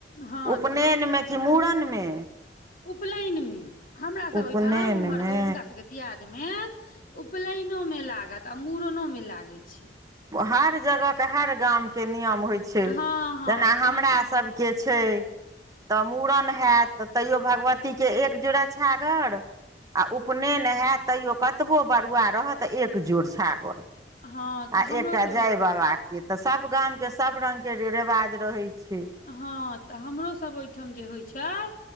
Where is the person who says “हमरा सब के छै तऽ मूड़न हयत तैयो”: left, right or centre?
Right